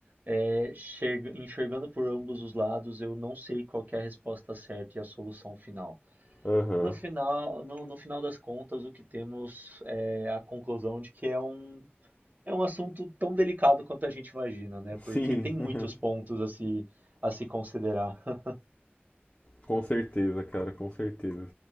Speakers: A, on the right; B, on the left.
A: é, chega- enxergando por ambos os lados, eu não sei qual que é a resposta certa e a solução final.
B: Aham.
A: No final, no, no final das contas, o que temos é a conclusão de que é um, é um assunto tão delicado quanto a gente imagina, né? Porque
B: Sim,
A: tem muitos
B: <laughs>
A: pontos a se, a se considerar.
B: com certeza, cara, com certeza.